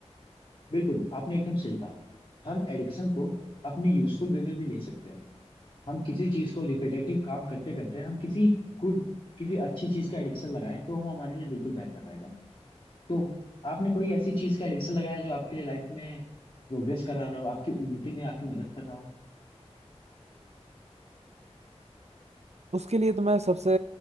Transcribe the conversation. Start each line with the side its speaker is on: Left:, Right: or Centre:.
Left: बिल्कुल आपने एकदम सही कहा हम एडिक्शन को अपने यूजफुल वे में भी ले सकते हैं हम किसी चीज को रिपीटेटिव काम करते करते हम किसी गुड किसी अच्छी चीज का एडिक्शन लगाएं तो वो हमारे लिए बिल्कुल बेहतर रहेगा तो आपने कोई ऐसी चीज का एडिक्शन लगाया जो आपके लिए लाइफ में प्रोग्रेस करा रहा हो आपकी उन्नति में आपकी मदद कर रहा हो
Right: उसके लिए तो मैं सबसे